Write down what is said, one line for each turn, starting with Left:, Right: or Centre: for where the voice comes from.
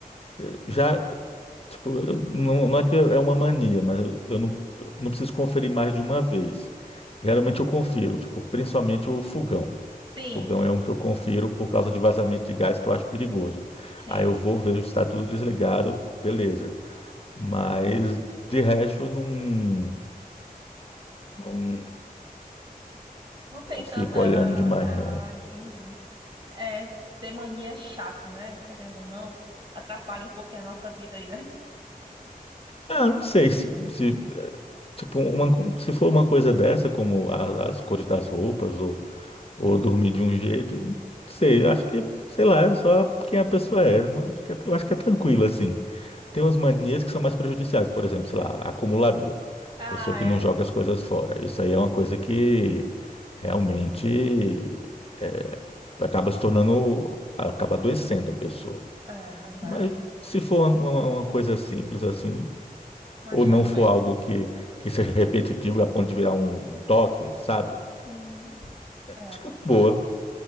Left: Eu Já Tipo, eu- não, não é que é uma mania, mas eu, eu não, eu não preciso conferir mais de uma vez. Geralmente eu confiro, tipo, principalmente o fogão.
Right: Sim,
Left: Fogão é um que eu confiro por causa de vazamento de gás que eu acho perigoso.
Right: sim.
Left: Aí eu vou ver se está tudo desligado, beleza. Mas de resto eu não, não,
Right: Não tem
Left: não
Right: tanta.
Left: fico olhando demais,
Right: Ah,
Left: não.
Right: entendi. É, ter mania é chato, né? Querendo ou não, atrapalha um pouquinho a nossa vida aí, né?
Left: Ah, não sei se, se, eh, tipo, uma, se for uma coisa dessa, como a- as cores das roupas, ou dormir de um jeito. Não sei, acho que, sei lá, é só quem a pessoa é. Não, acho que é, eu acho que é tranquilo, assim. Tem umas manias que são mais prejudiciais, por exemplo, sei lá, acumulador,
Right: Ah,
Left: pessoa que
Right: é,
Left: não joga as coisas fora. Isso aí é uma coisa que realmente é, acaba se tornando, acaba adoecendo a pessoa.
Right: é verdade,
Left: Mas
Right: amigo.
Left: se for uma, uma- uma coisa simples assim,
Right: Mais
Left: ou
Right: tranquilo.
Left: não for algo que, que seja repetitivo a ponto de virar um, um toque, sabe?
Right: Uhum. É,
Left: Acho que é boa.